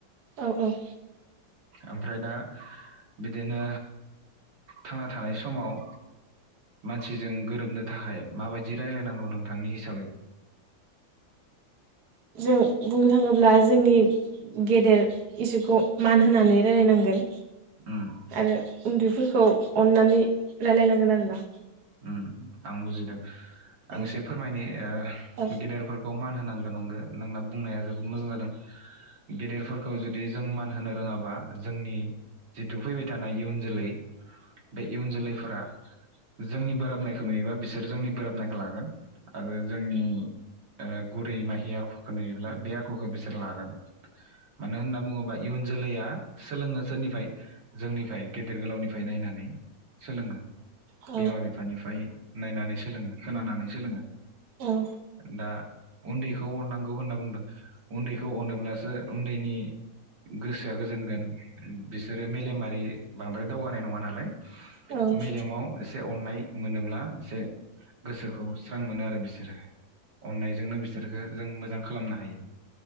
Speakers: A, on the right (about 55°); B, on the right (about 75°).
A: औ औ।
B: ओमफ्राय दा बिदिनो थांना थानाय समाव मानसिजों गोरोबनो थाखाय माबायदि रायलायनांगौ नोंथांनि हिसाबै?
A: जों बुंनो थाङोब्ला जोंनि गेदेर इसुखौ मान होनानै रायलायनांगोन।
B: उम
A: आरो उन्दैफोरखौ अननानै रायलायनांगोन आरोना
B: उ आं बुजिदों
A: औ
B: आं एसे फोरमायनो ओ
A: औ
B: गेदेरफोरखौ मान होनांगौ नंगो नोंना बुंनाया जोबोद मोजां जादों गेदेरफोरखौ जुदि जों मान होनो रोङाबा जोंनि जिथु फैबाय थानाय इयुन जोलै बे इयुन जोलैफोरा जोंनि बोराबनायखौ नुयोबा बिसोर जोंनि बोराबनायखौ लागोन आरो जोंनि ओ गुरै माहि आखुखौ नुयोब्ला बे आखुखौ बिसोर लागोन मानो होनना बुङोबा इयुन जोलैया सोलोंनो सोरनिफ्राय जोंनिफ्राय गेदेर गोलावनिफ्राय नायनानै सोलोङो
A: औ
B: बिमा बिफानिफ्राय नायनानै सोलोङो खोनानानै सोलोङो
A: औ
B: दा उन्दैखौ अननांगौ होनना बुंदों उन्दैखौ अनोब्लासो उन्दैनि गोसोआ गोजोनगोन बिसोरो मेलेमारि बांद्राय दावगानाय नङा नालाय
A: औ
B: मेलेमाव एसे अननाय मोनोब्ला एसे गोसोखौ स्रां मोनो आरो बिसोरो अननायजोंनो बिसोरखो जों मोजां खालामनो हायो